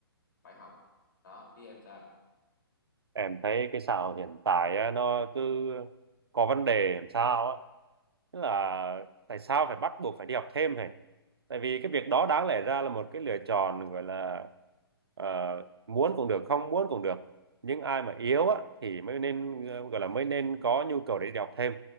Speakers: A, on the left (about 55°); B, on the right (about 75°).
A: phải học đó ý em sao
B: em thấy cái xã hội hiện tại á, nó cứ có vấn đề làm sao á tức là tại sao phải bắt buộc phải đi học thêm hả tại vì cái việc đó đáng lẽ ra là một cái lựa chọn gọi là ờ, muốn cũng được không muốn cũng được nhưng ai mà yếu á thì mới nên ờ, gọi là mới nên có nhu cầu để đi học thêm